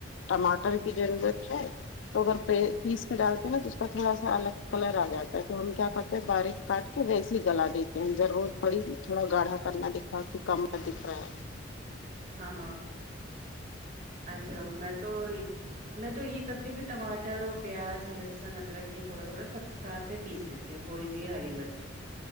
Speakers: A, on the left; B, on the right.
A: ٹماٹر کی ضرورت ہے تو اگر پیس کے ڈالتے ہیں نا تو اس کا تھوڑا سا الگ کلر آ جاتا ہے تو ہم کیا کرتے ہیں باریک کاٹ کہ ویسی گلا دیتے ہیں ضرورت پڑی تھوڑا گاڑھا کرنا دکھا کہ کم دکھ رہے ہیں
B: ہاں ہاں اچھا میں تو میں تو یہ کرتی ہوں کہ ٹماٹر اور پیاز لہسن ادرک یہ تھوڑا تھوڑا سب ساتھ اس میں پیس لیتی ہوں تھوڑی سی ہری مرچ